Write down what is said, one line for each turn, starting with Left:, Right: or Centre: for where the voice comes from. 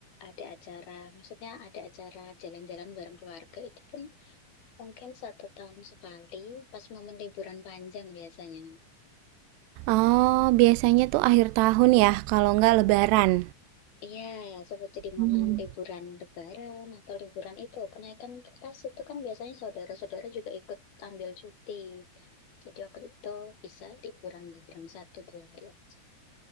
Left: ada acara, maksudnya ada acara jalan-jalan bareng keluarga, itu pun Mungkin satu tahun sekali pas momen liburan panjang biasanya.
Right: Oh, biasanya tuh akhir tahun ya, kalau nggak lebaran.
Left: Iya, seperti di momen
Right: Hmm.
Left: liburan Lebaran atau liburan itu, kenaikan kelas itu kan biasanya saudara-saudara juga ikut ambil cuti. Jadi waktu itu bisa liburan bareng satu dua hari aja.